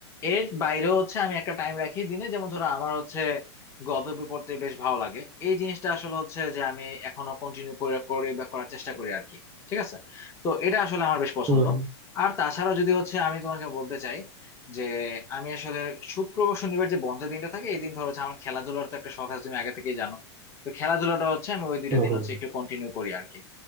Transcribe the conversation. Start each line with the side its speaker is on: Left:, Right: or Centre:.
Left: এর বাইরেও হচ্ছে আমি একটা টাইম রাখি দিনে যেমন ধরো আমার হচ্ছে গল্প বই পড়তে বেশ ভালো লাগে এই জিনিসটা আসলে হচ্ছে যে আমি এখনো কন্টিনিউ করে করে বা করার চেষ্টা করি আর কি ঠিক আছে তো এটা আসলে আমার বেশ পছন্দ
Right: হুম
Left: আর তাছাড়া যদি হচ্ছে আমি তোমাকে বলতে চাই যে আমি আসলে শুক্রবার শনিবার যে বন্ধের দিনটা থাকে এই দিন ধরো হচ্ছে আমার খেলাধুলার তো একটা শখ আছে তুমি আগে থেকেই জানো তো খেলাধুলাটা হচ্ছে আমি ওই দুইটা
Right: হুম
Left: দিন
Right: হুম
Left: হচ্ছে একটু কন্টিনিউ করি আর কি